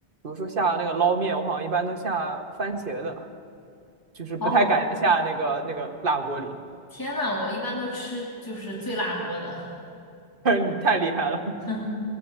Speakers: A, on the right; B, on the left.
A: 如说下的那个捞面，我好像一般都下番茄的。就是不太敢下那个那个辣锅里。
B: 哦，天呐，我一般都吃就是最辣锅的。
A: <laughs> 你太厉害了。
B: <laughs> 哼。